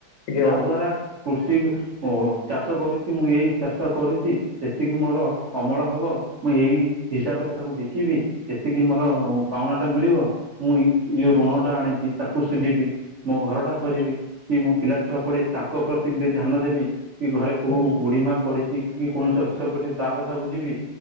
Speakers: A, on the left (about 70°); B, on the right (about 60°).
A: ଆଜ୍ଞା
B: ଯାହା
A: ବନ୍ଧୁ
B: ଦ୍ଵାରା କୃଷି ଓଚାଷ କରୁଛି ମୁଁ ଏଇ ଚାଷଟା କରୁଛି। ଏତିକି ମୋର ଅମଳ ହବ ମୁଁ ଏଇ ହିସାବରେ ତାକୁ ବିକିବି। ଏତିକି ମୋର ପାଉଣାଟା ମିଳିବ। ମୁଁ ଇଉ
A: ହୁଁ
B: ଋଣ ଟା ଆଣିଛି ତାକୁ ସୁଝିବି ମୋ ଘର ଟା କରିବି।
A: ହୁଁ
B: କି ମୋ ପିଲା ଛୁଆ ପଢି ତାଙ୍କ ପ୍ରତି ଟିକେ ଧ୍ୟାନ ଦେବି କି ଘରେ କୋଉ
A: ହୁଁ
B: ବୁଢୀମା ପଡିଛି କି କୌଣସି ଅସୁିଧା ପଡ଼ିଛି ତା କଥା ବୁଝିବି।